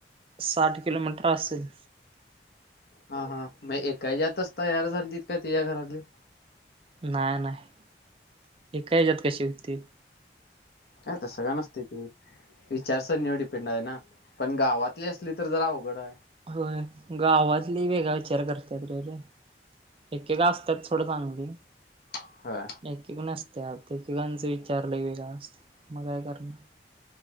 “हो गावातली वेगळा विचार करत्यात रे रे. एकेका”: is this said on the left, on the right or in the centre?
Right